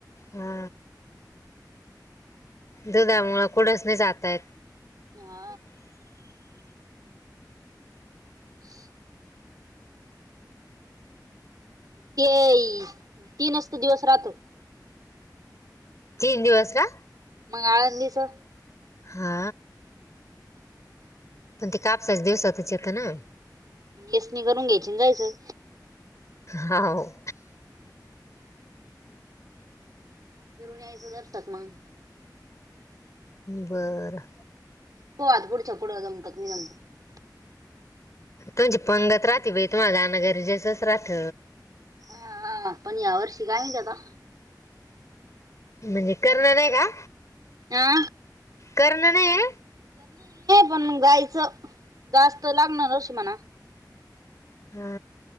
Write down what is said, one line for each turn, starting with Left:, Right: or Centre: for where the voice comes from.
Left: हा. दुधामुळ कुढच नाही जाता येत.
Right: हा. <inaudible> ते तीनचत दिवस राहतो.
Left: तीन दिवस का?
Right: मग आळंदीचं?
Left: हा. पण ते कापसाच दिवसातच येत ना.
Right: येसनी करून घ्यायची आणि जायचं
Left: हाव.
Right: फिरून यायचं दरशक मंग.
Left: बरं.
Right: पाहू आता पुडच्या पुड जमत क नाही जमत.
Left: तुमची पंगत राहते बाई तुम्हाला जाना गरजेसच राहत.
Right: हा हा पण या वर्षी काय माहिती आता.
Left: म्हणजे करणं नाही का?
Right: आ?
Left: करण नाहीय?
Right: पण जायचं जास्त लागणार वर्ष म्हणा.
Left: हा.